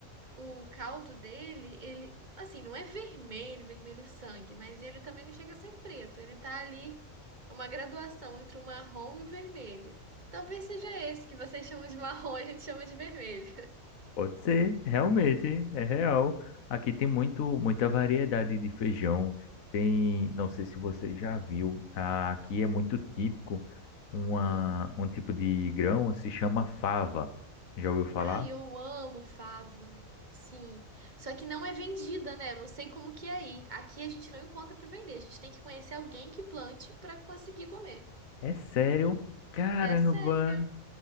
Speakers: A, on the right; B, on the left.
A: O caldo dele, ele, assim, não é vermelho, vermelho sangue, mas ele também não chega a ser preto. Ele tá ali, é uma graduação entre o marrom e o vermelho. Talvez seja esse que vocês chamam de marrom e a gente chama de vermelho. <laughs>
B: Pode ser, realmente, é real. Aqui tem muito, muita variedade de feijão. Tem, não sei se você já viu, ah, aqui é muito típico uma,
A: Ah.
B: um tipo de grão, se chama fava. Já ouviu falar?
A: Ai, eu amo fava. Sim. Só que não é vendida, né? Eu não sei como que é aí. Aqui a gente não encontra pra vender. A gente tem que conhecer alguém que plante pra conseguir comer.
B: É sério? Caramba!
A: É sério,